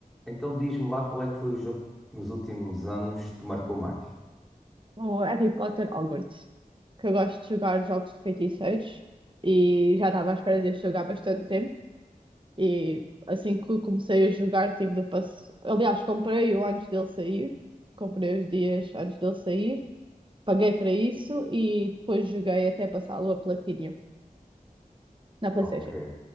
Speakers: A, in the centre; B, on the right.
A: Então diz-me lá qual é que foi o jogo que nos últimos anos te marcou mais.
B: o Harry Potter Hogwarts, que eu gosto de jogar jogos de feiticeiros e já estava à espera de jogar bastante tempo. E assim que comecei a jogar, tive de passar. Aliás, comprei-o antes dele sair, comprei os dias antes dele sair, paguei para isso e depois joguei até passá-lo a Platinum na PlayStation.
A: Ok,